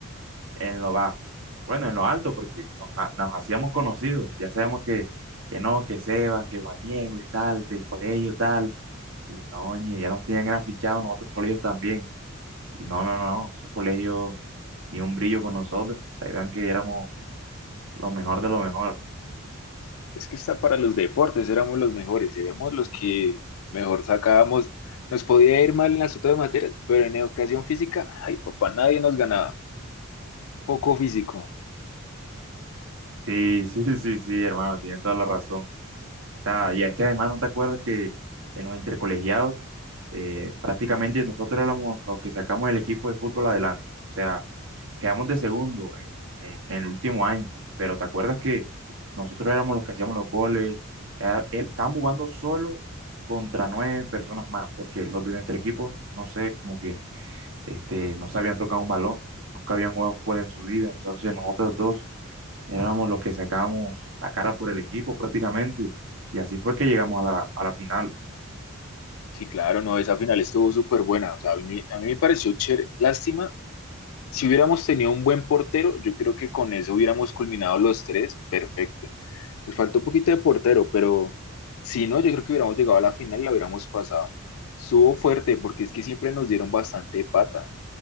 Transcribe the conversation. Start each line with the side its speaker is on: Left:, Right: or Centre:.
Right: en lo bajo. Bueno, en lo alto, porque nos, ha- nos hacíamos conocidos. Ya sabemos que, que no, que Seba, que Juan Diego y tal, del colegio tal. Y no, oye, ya nos tenían gran fichados en otros colegios también. Y no, no, no, no. Esos colegios ni un brillo con nosotros. O sea, eran que éramos lo mejor de lo mejor.
Left: Es que está para los deportes, éramos los mejores, éramos los que mejor sacábamos. Nos podía ir mal en las otras materias, pero en educación física, ay papá, nadie nos ganaba. Poco físico.
Right: Sí, sí, <laughs> sí, sí, hermano, tienes toda la razón. O sea, y es que además no te acuerdas que en los intercolegiados eh, prácticamente nosotros éramos los que sacamos el equipo de fútbol adelante. O sea, quedamos de segundo en, en- en el último año, pero te acuerdas que nosotros éramos los que hacíamos los goles. Era- eh, Estaban jugando solo contra nueve personas más, porque los de nuestro equipo, no sé, como que este, no se habían tocado un balón, nunca habían jugado fútbol en su vida. Entonces nosotros dos Éramos los que sacábamos la cara por el equipo prácticamente. Y así fue que llegamos a la, a la final.
Left: Sí, claro, no, esa final estuvo súper buena. O sea, a mí, a mí me pareció chévere. Lástima Si hubiéramos tenido un buen portero, yo creo que con eso hubiéramos culminado los tres, perfecto. Nos faltó un poquito de portero, pero si no, yo creo que hubiéramos llegado a la final y la hubiéramos pasado. Estuvo fuerte porque es que siempre nos dieron bastante pata.